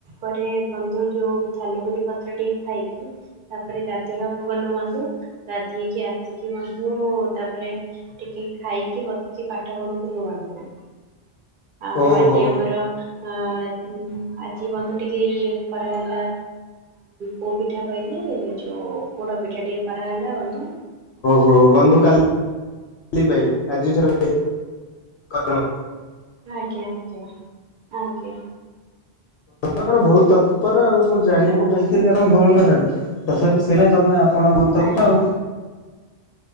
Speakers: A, on the right; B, on the left.
A: ପରେରେ ବନ୍ଧୁ ଯୋଉ ଥାଲଗରି ପତ୍ର ଟିକେ ଖାଇକି ତାପରେ ଗାଧେଇବାକୁ ଗଲୁ ବନ୍ଧୁ ଗାଧେଇକି ଆସ ତିକି ବନ୍ଧୁ ତାପରେ ଟିକେ ଖାଇକି ବସିଛି ପାଠ ପଢୁ ିଲ ଭଣ୍ଡ ଆଉ
B: ଓହୋ
A: ଆଜି ଆମର ଅ ହୁଁ ଆଜି ବନ୍ଧୁ ଟିକେ ଇଏ କରାହେଲା ପୋ ପିଠା କହିଲେ ଯୋଉ ପୋଅଡ ପିଠା ଟିକେ କରାହେଲା ବନ୍ଧୁ
B: ହଉ ବନ୍ଧୁ କାଲି ଆଜିଠାରୁ କଣ
A: ଆଜ୍ଞା ଆଜ୍ଞା ଆଞା
B: ଆପଣ ବହୁତ ତତ୍ପର ଆଉ ମୁଁ ଜାଣିବାକୁ ପାଇଥିଲି ଆପଣ ଭଉଣୀଙ୍କ ଠାରୁ ତଥାପି ସେଇପାଇ ତମେ କଣ ତ
A: ଆଜ୍ଞା
B: ତ ଆଉ